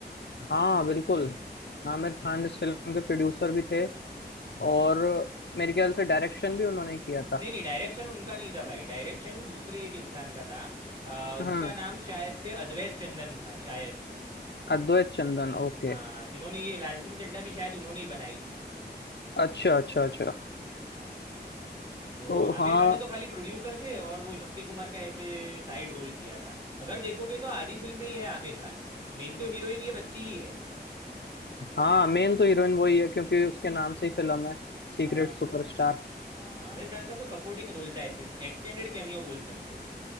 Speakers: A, on the left (about 75°); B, on the right (about 25°).
A: हाँ बिल्कुल आमिर खान इस फिल्म के प्रोड्यूसर भी थे और
B: और
A: मेरे ख्याल से डायरेक्शन भी उन्होंने किया था
B: नहीं नहीं डायरेक्शन उनका नहीं था भाई डायरेक्शन दूसरे एक इंसान का था अ,
A: हाँ
B: उसका नाम शायद से अद्वैत चंदन था शायद से
A: अद्वैत चंदन ओके
B: हाँ जिन्होंने ये लाल सिंह चड्ढा भी शायद उन्होंने ही बनाई थी
A: अच्छा अच्छा अच्छा
B: हाँ हाँ तो
A: तो
B: आमिर
A: हाँ
B: खान ने तो खाली प्रोड्यूसर थे और वो शक्ति कुमार का ऐसे साइड रोल किया था अगर देखोगे तो आधी फिल्म में ही है आमिर खान मेन तो हीरोइन ये बच्ची ही है
A: हाँ मेन तो हीरोइन वही है क्योंकि उसके नाम से ही फिल्म है सीक्रेट
B: हाँ हाँ
A: सुपरस्टार
B: हाँ आमिर खान का तो सपोर्टिंग रोल था ऐसे एक्सटेंडेड कैमियो बोल सकते हैं